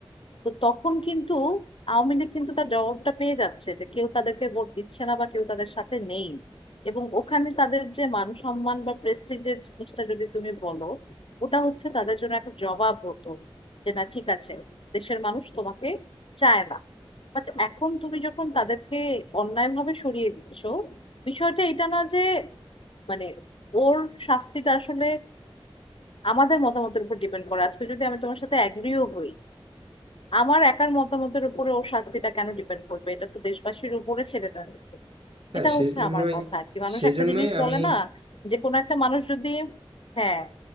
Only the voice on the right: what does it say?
হ্যাঁ
সেজন্যই
সেজন্যই
আমি